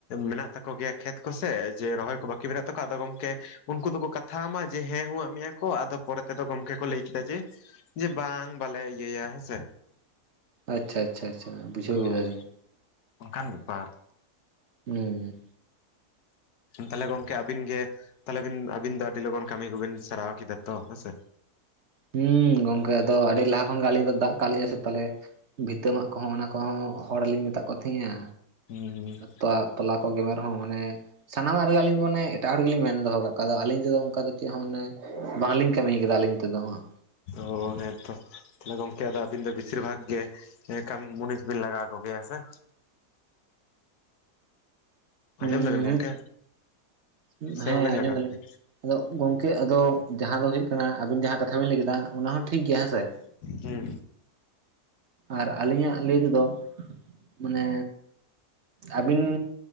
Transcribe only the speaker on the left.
ᱢᱮᱱᱟᱜ ᱛᱟᱠᱚ ᱜᱮᱭᱟ ᱠᱷᱮᱛ ᱠᱚ ᱥᱮ ᱡᱮ ᱨᱚᱦᱚᱭ ᱠᱚ ᱵᱟᱠᱤ ᱢᱮᱱᱟᱜ ᱛᱟᱠᱚᱣᱟ ᱟᱫᱚ ᱜᱚᱝᱠᱮ ᱩᱱᱠᱩ ᱫᱚᱠᱚ ᱠᱟᱛ ᱠᱟᱛᱷᱟᱣ ᱟᱢᱟ ᱡᱮ ᱦᱮᱸ ᱦᱩᱸᱣᱟᱜ ᱢᱮᱭᱟ ᱠᱚ ᱟᱫᱚ ᱯᱚᱨᱮ ᱛᱮᱫᱚ ᱜᱚᱢᱠᱮ ᱠᱚ ᱞᱟᱹᱭ ᱠᱮᱫᱟ ᱡᱮ ᱡᱮ ᱵᱟᱝ ᱵᱟᱞᱮ ᱤᱭᱟᱹᱭᱟ ᱦᱮᱸ ᱥᱮ᱾
ᱦᱳᱭ
ᱚᱱᱠᱟᱱ ᱵᱮᱯᱟᱨ᱾
ᱛᱟᱞᱦᱮ ᱜᱚᱢᱠᱮ ᱟᱹᱵᱤᱱ ᱜᱮ ᱛᱟᱞᱦᱮ ᱵᱤᱱ ᱟᱵᱤᱱ ᱫᱚ ᱟᱹᱰᱤ ᱞᱚᱜᱚᱱ ᱠᱟᱹᱢᱤ ᱠᱚᱵᱤᱱ ᱥᱟᱨᱟᱣ ᱠᱮᱫᱟ ᱛᱚ ᱦᱮᱸᱥᱮ?
ᱦᱩᱸ ᱦᱩᱸ
ᱚ ᱦᱮᱸᱛᱚ ᱛᱟᱞᱦᱮ ᱜᱚᱢᱠᱮ ᱟᱫᱚ ᱵᱮᱥᱤᱨ ᱵᱷᱟᱜᱽ ᱜᱮ ᱮ ᱠᱟᱢ ᱢᱩᱱᱤᱥ ᱵᱤᱱ ᱞᱟᱜᱟᱣ ᱠᱚᱜᱮᱭᱟ ᱦᱮ ᱥᱮ?
ᱟᱸᱡᱚᱢ ᱫᱟᱵᱮᱱ ᱜᱚᱢᱠᱮ
ᱥᱮ ᱵᱟᱵᱤᱱ
ᱞᱟᱜᱟᱣ
ᱠᱚᱣᱟ?
ᱦᱩᱸ᱾